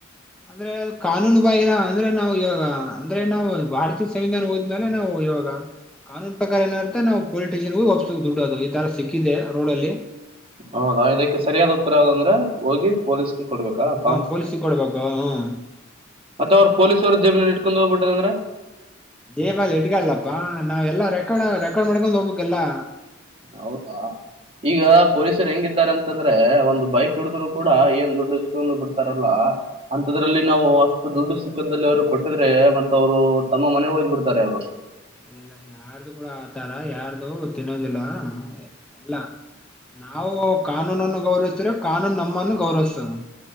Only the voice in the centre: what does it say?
ಅಂದ್ರೆ ಅ ಕಾನೂನು ಬಾಹಿರ ಅಂದ್ರೆ ನಾವು ಇವಾಗ ಅಂದ್ರೆ ನಾವು ಭಾರತೀಯ ಸಂವಿಧಾನ ಹೋದ್ಮೇಲೆ ನಾವು ಇವಾಗ ಕಾನೂನು ಪ್ರಕಾರ ಏನತೆ ನಾವು ಪೊಲಿಟಿಷನ್ಗ ವಾಪ್ಸ ದುಡ್ಡ ಅದು ಈ ತರ ಸಿಕ್ಕಿದೆ ರೋಡ್ಲ್ಲಿ.
ಹ ಪೊಲೀಸಿಗೆ ಕೊಡ್ಬೇಕು ಹ
ಜೇಬಲ್ ಹಿಡ್ಗಲ್ಲಪ್ಪಾ ನಾವ್ ಎಲ್ಲಾ ರೆಕಾರ್ಡ್ ರೆಕಾರ್ಡ್ ಮಾಡ್ಕೊಂಡು ಹೋಗ್ಬೇಕೆಲ್ಲಾ.
ಇಲ್ಲ ಯಾರ್ದು ಕೂಡ ಆತರ ಯಾರ್ದು ತಿನ್ನೋದಿಲ್ಲ ಇಲ್ಲ ನಾವು ಕಾನೂನನ್ನು ಗೌರಸ್ದ್ರೆ ಕಾನೂನು ನಮ್ಮನ್ನು ಗೌರವಿಸ್ತದ.